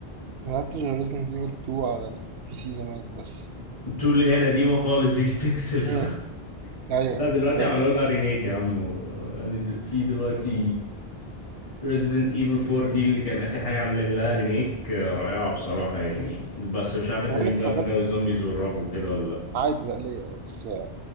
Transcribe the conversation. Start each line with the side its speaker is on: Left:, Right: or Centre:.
Right: ما لعبتش غير Resident Evil 2 على البي سي زمان بس
Left: التو اللي هي القديمة خالص دي <laughs> البيكسل
Right: مم.
Left: صح
Right: أيوه
Left: لا دلوقتي
Right: بس
Left: عملوا لها ريميك يا عم و- يعني دل- في دلوقتي ريزيدنت ايفل 4 دي اللي كان اخر حاجه عاملين لها ريميك آه، رائعه بصراحه يعني بس مش عارف
Right: هو
Left: انت ليك
Right: أنا اتفرجت
Left: بقى في جو الزومبيز والرعب وكده ولا لا
Right: عادي ليا أه بس آه،